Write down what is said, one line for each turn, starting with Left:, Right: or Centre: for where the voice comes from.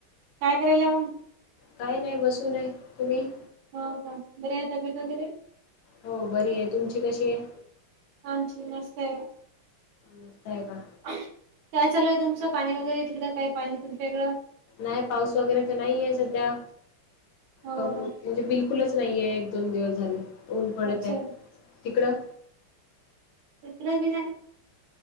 Right: काय करायला मंग?
Left: काय नाही बसून हाय तुम्ही?
Right: हो का. बरी आहे तब्येत वगैरे?
Left: हो बरी आहे तुमची कशी आहे?
Right: आमची नसते ओ
Left: मस्त आहे का?
Right: काय चालू आहे तुमचं पाणी वगैरे तिकडं काय पाणी तुमच्या इकडं?
Left: नाही पाऊस वगैरे तर नाहीये सध्या.
Right: हो
Left: कमी
Right: का
Left: म्हणजे बिलकुलच नाहीये एक दोन दिवस झाले ऊन पडत
Right: अच्छा.
Left: आहे. तिकडं?
Right: टिकरे बी आहे